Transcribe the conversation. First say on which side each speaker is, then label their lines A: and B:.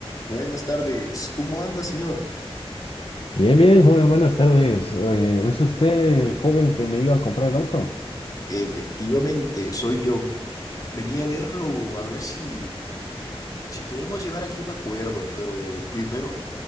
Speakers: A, on the left; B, on the left.
A: Buenas tardes, ¿cómo anda, señor?
B: Bien, bien, joven, buenas tardes. Oye, ¿es usted el joven que me iba a comprar el auto?
A: Efectivamente, soy yo. Venía a verlo, a ver si, si podemos llegar aquí a un acuerdo, pero primero